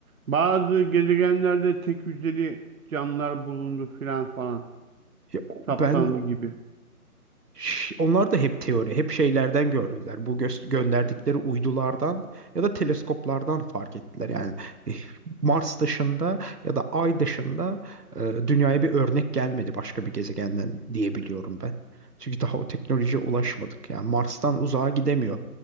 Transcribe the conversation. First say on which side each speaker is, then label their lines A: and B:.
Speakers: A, on the right; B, on the right.
A: Bazı gezegenlerde tek hücreli canlılar bulundu filan falan
B: Ya, o-
A: saptandı
B: ben
A: gibi.
B: Ş- Onlar da hep teori, hep şeylerden gördüler. Bu gö- gönderdikleri uydulardan ya da teleskoplardan fark ettiler. Yani eh, Mars dışında ya da Ay dışında e, dünyaya bir örnek gelmedi başka bir gezegenden diyebiliyorum ben. Çünkü daha o teknolojiye ulaşmadık. Yani Mars'tan uzağa gidemiyor.